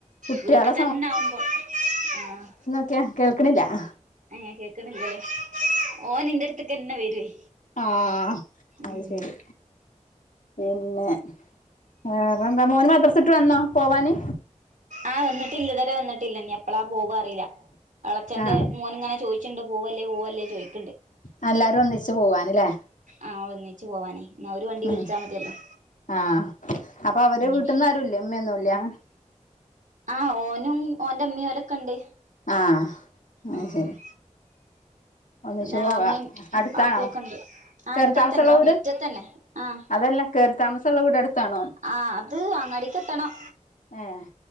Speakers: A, on the left; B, on the right.
A: കുട്ടികളെ
B: വീട്ടിത്തന്നാവുമ്പോ ആഹ്
A: ല്ല്യ കേൾക്ക്ണില്ല്യ അഹ്
B: ഏഹ് കേക്ക്ണില്ലേ ഓനിന്റെട്ത്ത്ക്കന്നെ വരുവേ
A: ആഹ് അയ്
B: ഉം
A: ശരി പിന്നെ വേറെന്താ മോന് മദ്രസ വിട്ട് വന്നോ പോവാന്
B: ആഹ് വന്നിട്ടില്ലിതുവരെ വന്നിട്ടില്ല ഇന്നിയെപ്പളാ പോവ്വാ അറിയില്ല എളച്ചന്റെ
A: ആഹ്
B: മോനിങ്ങനെ ചോയിച് ണ്ട് പോവല്ലേ പോവല്ലേ ചോയിക്ക്
A: ആഹ് എല്ലാരും ഒന്നിച്ച് പോവാന്ല്ലേ
B: ആഹ് ഒന്നിച്ച് പോവാനേ എന്നാ ഒരു വണ്ടി
A: ഉം
B: വിളിച്ചാ മതിയല്ലോ
A: ആഹ് അപ്പൊ അവര
B: ഉം
A: വീട്ടിന്നാരുല്ലേ ഉമ്മയൊന്നുല്ല്യാ
B: ആഹ് ഓനും ഓന്റമ്മീയോലൊക്കണ്ട്
A: ആഹ് അത്
B: ആഹ്
A: ശരി ഒന്നിച്ചു
B: പിന്നെളാമ്മയും
A: പോകാ അടുത്താണോ
B: ആപ്പയൊക്കണ്ട് ആഹ്
A: കേറി
B: അടുത്തടുത്തന്നെ
A: താമസമുള്ള
B: ദാ
A: വീട്
B: മുറ്റത്തന്നെ ആഹ്
A: അതല്ല കേറി താമസമുള്ള വീട് അടുത്താണോ
B: ആഹ് അത് അങ്ങാടിക്കെത്തണം
A: ഏഹ്